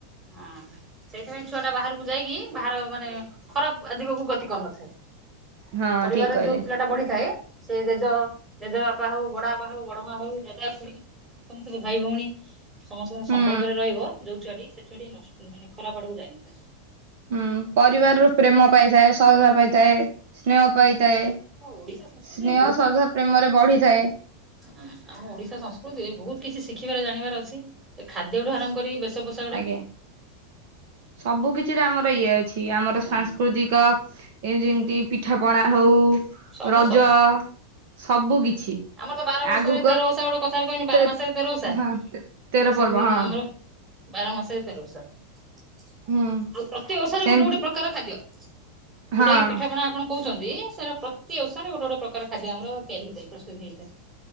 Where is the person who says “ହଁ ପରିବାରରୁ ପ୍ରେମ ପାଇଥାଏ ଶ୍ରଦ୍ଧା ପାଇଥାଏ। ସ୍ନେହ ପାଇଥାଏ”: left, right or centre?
Right